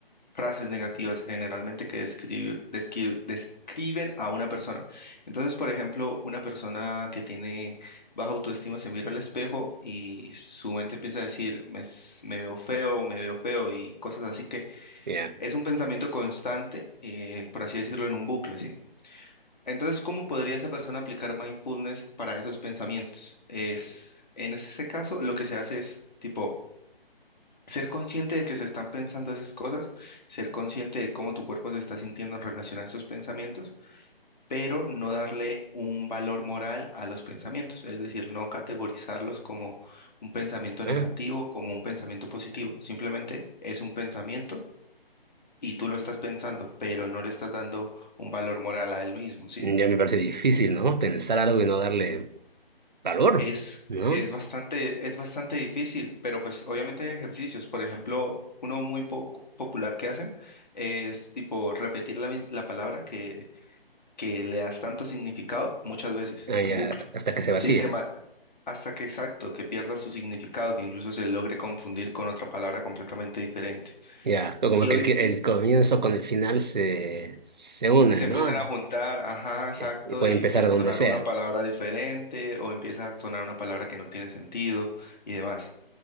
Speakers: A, on the left; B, on the right.
A: frases negativas generalmente que descri- descri- describen a una persona. Entonces, por ejemplo, una persona que tiene baja autoestima se mira al espejo y su mente empieza a decir, me, s- me veo feo, me veo feo y cosas así que
B: Ya.
A: es un pensamiento constante, eh, por así decirlo, en un bucle, ¿sí? Entonces, ¿cómo podría esa persona aplicar mindfulness para esos pensamientos? Es, en ese caso, lo que se hace es, tipo, ser consciente de que se están pensando esas cosas, ser consciente de cómo tu cuerpo se está sintiendo en relación a esos pensamientos, pero no darle un valor moral a los pensamientos, es decir, no categorizarlos como un pensamiento
B: Ah,
A: negativo, como un pensamiento positivo, simplemente es un pensamiento y tú lo estás pensando, pero no le estás dando un valor moral a él mismo, ¿sí?
B: Ya me parece difícil, ¿no? Pensar algo y no darle. valor,
A: Es,
B: ¿no?
A: es bastante, es bastante difícil, pero pues obviamente hay ejercicios. Por ejemplo, uno muy po- popular que hacen es tipo repetir la, mis- la palabra que, que le das tanto significado muchas veces
B: Ah,
A: en
B: ya,
A: bucle,
B: hasta que se vacíe.
A: ¿sí? De ma- hasta que exacto, que pierda su significado, que incluso se logre confundir con otra palabra completamente diferente.
B: Ya, como
A: Y
B: que
A: hoy
B: el, el
A: y
B: comienzo con el final se, se unen,
A: se empiezan
B: ¿no?
A: a juntar, ajá, exacto,
B: Eh, Y puede
A: y
B: empezar
A: empieza
B: donde
A: a sonar
B: sea.
A: una palabra diferente o empieza a sonar una palabra que no tiene sentido y demás.